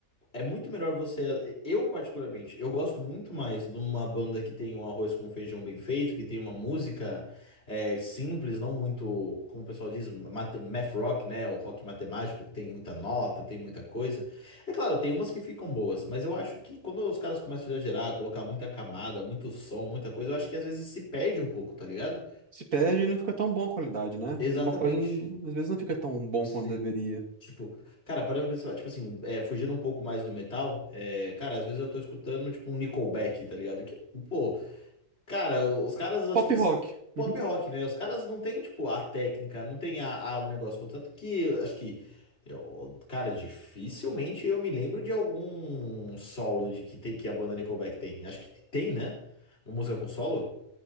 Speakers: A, on the left (about 50°); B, on the right (about 85°).
A: É muito melhor você. Eu, particularmente, eu gosto muito mais de uma banda que tem um arroz com feijão bem feito, que tem uma música é, simples, não muito, como o pessoal diz, mate- math rock, né? O rock matemático, que tem muita nota, tem muita coisa. É claro, tem umas que ficam boas, mas eu acho que quando os caras começam a exagerar, colocar muita camada, muito som, muita coisa, eu acho que às vezes se perde um pouco, tá ligado?
B: Se perde e não fica tão bom a qualidade, né?
A: Exatamente.
B: Uma coisa, n- às vezes, não fica tão bom
A: Sim.
B: quanto deveria.
A: Tipo, cara, parando pra pensar, tipo assim, é, fugindo um pouco mais do metal, é, cara, às vezes eu tô escutando, tipo, um Nickelback, tá ligado? Que, pô, cara, os caras, acho
B: Pop
A: que s-
B: rock.
A: pop
B: Uhum.
A: rock, né? Os caras não tem, tipo, a técnica, não tem a, a um negócio, contanto que, acho que, eu- cara, dificilmente eu me lembro de algum solo de que, tem, que a banda Nickelback tem. Acho que tem, né? Uma música com solo?